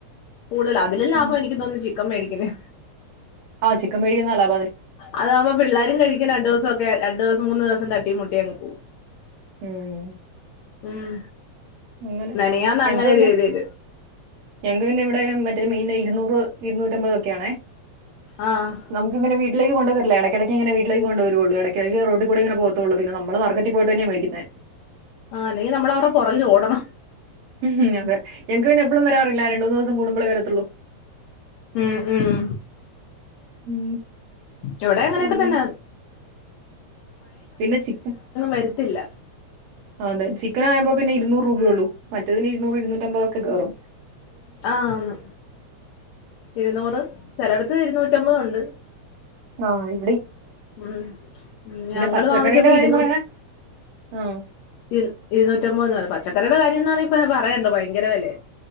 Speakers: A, on the left; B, on the right.
A: കൂടുതൽ അതിലും ലാഭം
B: ഉം
A: എനിക്ക് തോന്നുന്നു ചിക്കൻ മേടിക്കുന്നേ
B: ആഹ് ചിക്കൻ മേടിക്ക്ന്ന ആളാ
A: അതാവുമ്പോ പിള്ളാരും കഴിക്കും രണ്ടു ദിവസൊക്കെ രണ്ടു ദിവസം മൂന്ന് ദിവസം തട്ടി മുട്ടിയങ്ങ് പോവും
B: ഉം
A: ഉം
B: അങ്ങനെ
A: മെനയാന്ന്
B: ഞങ്ങക്ക്
A: അങ്ങനെ
B: പിന്നെ
A: ചെയ്തേത്
B: ഞങ്ങക്ക് പിന്നെ ഇവിടെ ഇമ്മ മറ്റേ മീന് ഇരുന്നൂറ് ഇരുന്നൂറ്റമ്പതൊക്കെയാണേ
A: ആഹ്
B: നമുക്ക് പിന്നെ വീ ട്ടിലേക്ക് കൊണ്ട് തരില്ല. എടക്ക് എടക്കിങ്ങനെ വീട്ടിലേക്ക് കൊണ്ടുവരുവോള്ളു. എടക്ക് എടക്ക് റോഡ്ക്കൂടെ ഇങ്ങനെ പോവത്തോള്ളു പിന്നെ നമ്മള് മാർക്കറ്റ് പോയിട്ടെന്നെ മേടിക്ക്ന്നെ
A: ആഹ് അല്ലെങ്കി നമ്മളാവരെ പൊറകില് ഓടണം
B: ഉം അതെ ഞൾക്ക് പിന്നെ എപ്പളും വരാറില്ല രണ്ടുമൂന്ന് ദിവസം കൂടുമ്പോയേ വര <unintelligible>
A: ഉം ഉം
B: ഉം,
A: ഇവിടെ അങ്ങനെയൊക്കെ
B: അങ്ങനെ
A: തന്നാ
B: പിന്നെ ചിക്കൻ
A: വരത്തില്ല
B: അതെ ചിക്കൻ ആയപ്പോൾ പിന്നെ ഇരുന്നൂറ് രൂപയോള്ളൂ മേറ്റതിന് ഇരുന്നൂറ് ഇരുന്നൂറ്റമ്പതൊക്കെ കെയറും
A: ആഹ് ഇരുന്നൂറ് ചെലടത് ചെടത് ഇരുന്നൂറ്റമ്പത് ഉണ്ട്
B: ആഹ്
A: ഹും ഹും ഞങ്ങള്
B: പച്ചക്കറീന്റെ
A: വാങ്ങിച്ചപ്പോ
B: കാര്യം
A: ഇരുന്നൂ
B: പറയണേ ആ
A: ഇരു ഇരുന്നൂറ്റമ്പത് പച്ചക്കറിന്റെ കാര്യം ആണെങ്കിൽ ഇനി പറയേണ്ടാ ഭയങ്കര വെലയാണ്